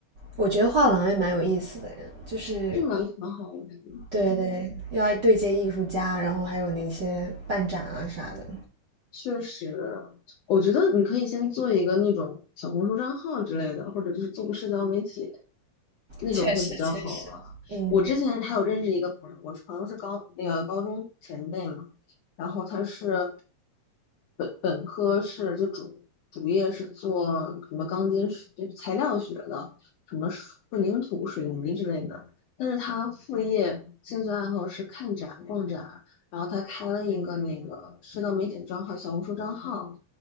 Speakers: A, on the right (about 65°); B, on the left (about 65°).
A: 我觉得画廊也蛮有意思的呀，就是
B: 就蛮蛮好玩的。<laughs>
A: 对对，要对接艺术家，然后还有那些办展啊啥的。
B: 确实，我觉得你可以先做一个那种小红书账号之类的，或者就是做个社交媒体，那种会比较好啊。
A: 确实，确实。嗯，
B: 我之前还有认识一个朋友，我是朋友是高那个高中前辈嘛，然后他是本本科是就主主业是做什么钢筋水就材料学的，什么水混凝土、水泥之类的，但是他副业兴趣爱好是看展、逛展，然后他开了一个那个社交媒体账号、小红书账号，